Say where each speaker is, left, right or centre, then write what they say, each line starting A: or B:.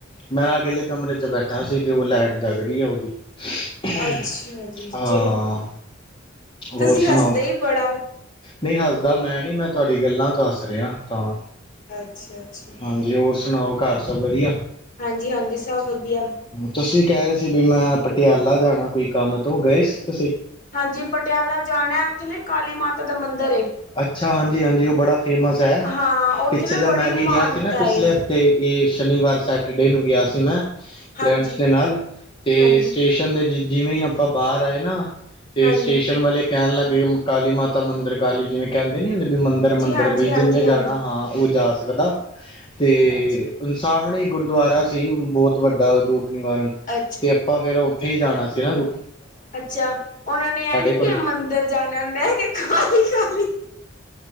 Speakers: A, on the left; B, on the left.
A: ਮੈਂ ਅਗਲੇ ਕਮਰੇ ਚ ਬੈਠਾ ਸੀ ਤੇ ਓ ਲੈਟ ਜਗ ਰੀ ਐ ਓਦੀ। ਹਾਂਜੀ-ਹਾਂਜੀ,
B: ਅੱਛਾ ਜੀ
A: ਹਾਂ,
B: ਚਲੋ
A: ਹੋਰ
B: ਤੁਸੀਂ ਹੱਸਦੇ
A: ਸੁਣਾਓ?
B: ਹੀ ਬੜਾ ਹੋ।
A: ਨਈ ਹੱਸਦਾ ਮੈਂ ਨੀਂ, ਮੈਂ ਤੁਆਡੀ ਗੱਲਾਂ ਤੋਂ ਹੱਸ ਰੇਆ ਤਾਂ
B: ਅੱਛਾ-ਅੱਛਾ।
A: ਹਾਂਜੀ ਹੋਰ ਸੁਣਾਓ ਘਾਰ ਸਭ ਵੱਧੀਆ।
B: ਹਾਂਜੀ-ਹਾਂਜੀ ਸਭ ਵੱਧੀਆ।
A: ਤੁਸੀਂ ਕੈ ਰਏ ਸੀ ਵੀ ਮੈਂ, ਪਟਿਆਲਾ ਜਾਣਾ ਕੋਈ ਕੰਮ ਤੋਂ, ਗਏ ਸੀ ਤੁਸੀਂ?
B: ਹਾਂਜੀ ਪਟਿਆਲਾ ਜਾਣਾ, ਓਥੇ ਨਾਂ ਕਾਲੀ ਮਾਤਾ ਦਾ ਮੰਦਿਰ ਏ।
A: ਅੱਛਾ, ਹਾਂਜੀ-ਹਾਂਜੀ ਓ ਬੜਾ ਫੇਮਸ ਐ,
B: ਹਾਂ ਉੱਥੇ
A: ਪਿੱਛੇ
B: ਨਾ
A: ਜਦ
B: ਬੜੀ
A: ਮੈਂ ਵੀ
B: ਮਾਨਤਾ
A: ਗਿਆ ਸੀ ਨਾਂ ਪਿਛਲੇ
B: ਏ
A: ਹਫ਼ ਤੇ ਏਸ ਸ਼ਨੀਵਾਰ-ਸੈਚਰਡੇ ਨੂੰ ਗੇਆ ਸੀ ਮੈਂ
B: ਹਾਂਜੀ,
A: ਫਰੈਂਡਸ ਦੇ
B: ਹਾਂਜੀ,
A: ਨਾਲ, ਤੇ
B: ਹਾਂਜੀ,
A: ਸਟੇਸ਼ਨ ਦੇ ਜ-ਜਿਵੇਂ ਈ ਆਪਾਂ ਬਾਹਰ ਆਏ ਨਾਂ ਤੇ
B: ਹਾਂਜੀ,
A: ਸਟੇਸ਼ਨ ਵਾਲੇ ਕੈਣ ਲੱਗ ਗਏ, ਕਾਲੀ ਮਾਤਾ ਮੰਦਰ, ਕਾਲੀ ਜਿਵੇਂ ਕੇਬਦੇ ਨੀ ਹੁੰਦੇ ਵੀ ਮੰਦਰ-ਮੰਦਰ
B: ਹਾਂਜੀ,
A: ਬਈ
B: ਹਾਂਜੀ,
A: ਜਿੰਨੇ ਜਾਣਾ
B: ਹਾਂਜੀ।
A: ਹਾਂ, ਓ ਜਾ ਸਕਦਾ, ਤੇ
B: ਅੱਛਾ,
A: ਸਾਹਮਣੇ ਈ ਗੁਰਦੁਆਰਾ ਸੀ ਬੋਤ ਵੱਡਾ, ਦੁਖ-ਨਿਵਾਰਨ
B: ਅੱਛਾ।
A: ਤੇ ਆਪਾਂ ਫੇਰ ਓਥੇ ਈ ਜਾਣਾ ਸੀ ਨਾਂ
B: ਅੱਛਾ, ਓਨਾਂ ਨੇ ਏ ਨੀ
A: ਕੋਲ
B: ਕੇਆ ਮੰਦਰ ਜਾਣਾ, ਮੈਂ ਕੇਆ ਕਾਲੀ-ਕਾਲੀ